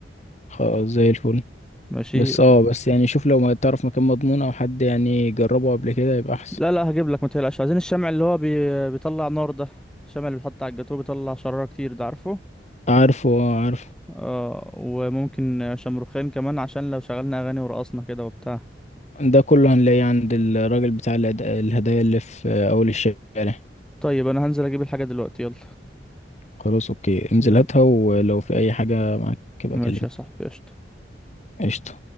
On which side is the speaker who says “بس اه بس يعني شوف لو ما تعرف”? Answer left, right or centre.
Left